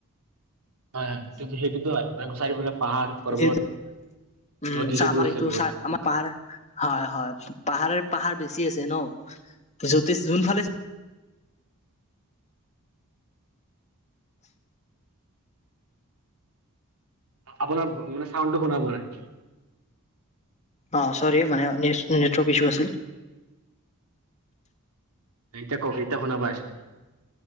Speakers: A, on the right; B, on the left.
A: হয়, হয় কিন্তু সেইটো হয় মান চাৰি ফালে পাহাৰ-পৰ্বত
B: যিহেতু উম
A: নদী-চদীও
B: চা আমাৰ
A: আছে
B: এইটো
A: বহুত।
B: চা আমাৰ পাহাৰ হয়, হয় পাহাৰে পাহাৰ বেছি, আছে ন যতে যোনফালে
A: আপোনাৰ মানে চাউণ্ডটো শুনা পোৱা নাই।
B: অ' চৰি মানে নেটৱৰ্ক ইছু আছিল।
A: এতিয়া কওক এতিয়া শুনা পাই আছো।